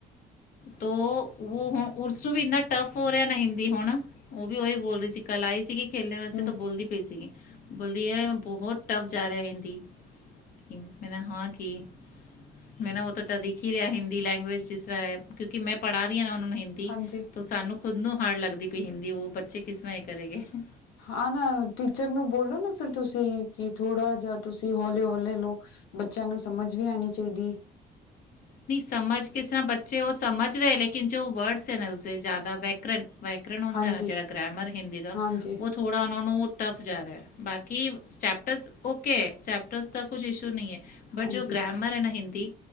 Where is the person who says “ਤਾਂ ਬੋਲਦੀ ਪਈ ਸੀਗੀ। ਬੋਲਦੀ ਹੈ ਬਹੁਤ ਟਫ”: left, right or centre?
Left